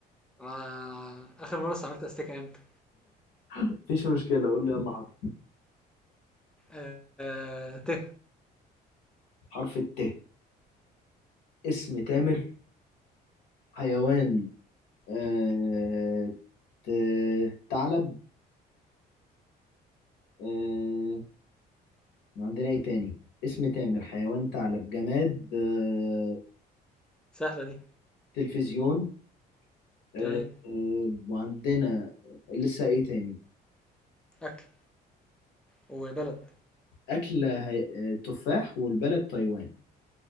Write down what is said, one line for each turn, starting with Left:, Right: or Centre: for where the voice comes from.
Centre: ما آخر مرة استعملت أستيكة إمتى؟
Left: مفيش مشكلة قول لي يلا حرف
Centre: آه... آه، ته
Left: حرف الت اسم تامر حيوان آه... ت... ثعلب آه... عندنا ايه تاني اسم تامر حيوان ثعلب جماد آه،
Centre: سهلة دي
Left: تلفزيون آه،
Centre: جميل
Left: آه، وعندنا لسه ايه تاني
Centre: أكل وبلد
Left: أكلة هي- آه، تفاح والبلد تايوان